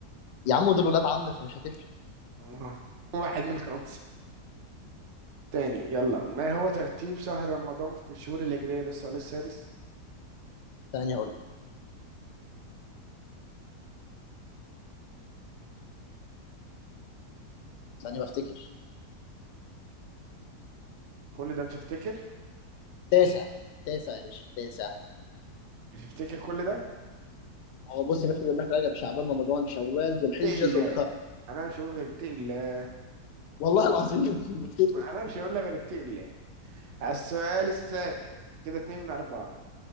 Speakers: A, on the left; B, on the right.
A: يا عم دول ولاد عم فمش هتفرق
B: <laughs> واحد من خمسة تاني يلا ما هو ترتيب شهر رمضان في الشهور الهجرية ده السؤال السادس
A: ثانية أقول لك ثانية بفتكر
B: كل ده بتفتكر
A: تاسع تاسع يا باشا تاسع
B: بتفتكر كل ده
A: هو بص يا باشا بيقول لك رجب شعبان رمضان شوال ذو الحجة
B: اتق الله
A: ذو القرن
B: انا مش هقول غير اتق الله
A: والله العظيم <laughs> بفتكر
B: انا مش هقول لك غير اتق الله على السؤال السابع كده اتنين من اربعة